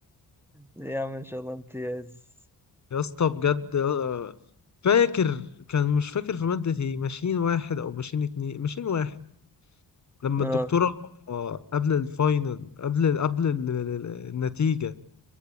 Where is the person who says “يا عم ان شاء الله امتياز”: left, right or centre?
Centre